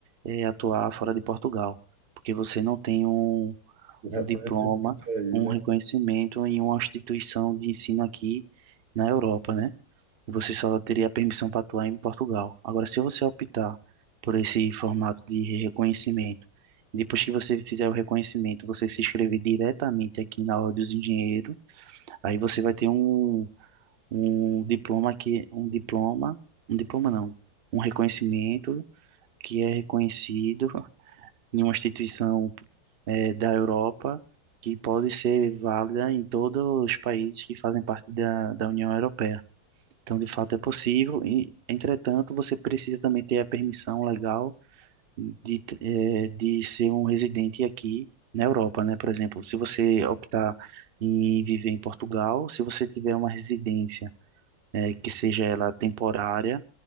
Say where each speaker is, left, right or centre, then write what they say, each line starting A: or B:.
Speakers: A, on the right; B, on the right.
A: eh, atuar fora de Portugal, porque você não tem um,
B: O reconhecimento
A: um diploma,
B: é aí,
A: um
B: né?
A: reconhecimento em uma instituição de ensino aqui na Europa, né? você só teria permissão para atuar em Portugal. Agora, se você optar por esse formato de reconhecimento, depois que você fizer o reconhecimento, você se inscrever diretamente aqui na Ordem dos Engenheiros, aí você vai ter um, um diploma que um diploma, um diploma não, um reconhecimento que é reconhecido <laughs> em uma instituição eh, da Europa que pode ser válida em todos os países que fazem parte da, da União Europeia. Então, de fato, é possível. E, entretanto, você precisa também ter a permissão legal de, eh, de ser um residente aqui na Europa, né? Por exemplo, se você optar em viver em Portugal, se você tiver uma residência, eh, que seja ela temporária,